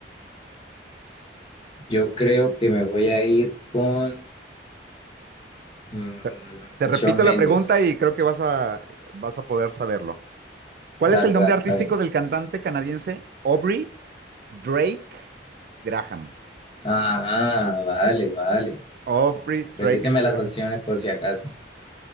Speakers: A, on the left; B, on the right.
A: Yo creo que me voy a ir con mm,
B: Te, te repito
A: Shawn Méndez.
B: la pregunta y creo que vas a, vas a poder saberlo. ¿Cuál
A: Dale,
B: es el
A: dale,
B: nombre artístico
A: está bien.
B: del cantante canadiense Aubrey Drake Graham?
A: Ah, vale, vale.
B: Aubrey Drake
A: Repíteme las
B: Graham.
A: opciones por si acaso.